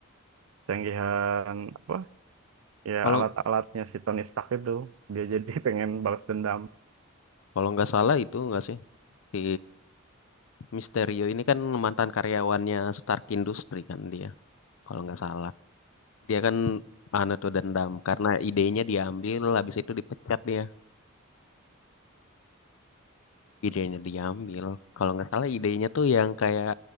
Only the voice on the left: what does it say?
kalau
kalau nggak salah itu nggak sih di Mysterio ini kan mantan karyawannya Stark Industry kan dia kalau nggak salah dia kan anu tuh dendam karena idenya diambil habis itu dipecat dia idenya diambil kalau nggak salah idenya tuh yang kayak